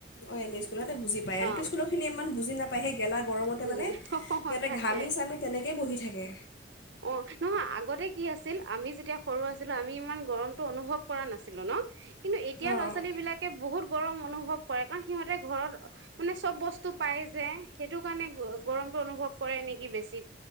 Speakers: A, on the left; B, on the right.
A: অ, এম ই স্কু সিহঁতে বুজি পায়। এল
B: অ
A: পি স্কুলৰখিনিয়ে ইমান বুজি নাপ পায়। সেই গেলা গৰমতে,
B: বুজি
A: মানে,
B: অ
A: সিহঁতে
B: থাকে
A: ঘামি-চামি তেনেকেই বহি থাকে।
B: অ', নহয়। আগতে কি আছিল আ আমি যেতিয়া সৰু আছিলোঁ, আমি ইমান গৰমটো অনুভৱ কৰা নাছিলোঁ ন? কিন্তু এতিয়া
A: অঁ
B: ল'ৰা ছোৱালী বিলাকে বহুত গৰম অনুভৱ অনুভৱ কৰে। কাৰণ সিহঁতে ঘৰত মানে চব বস্তু পায় যে সেইটো কাৰণে গৰমটো অনুভৱ কৰে নেকি বেছি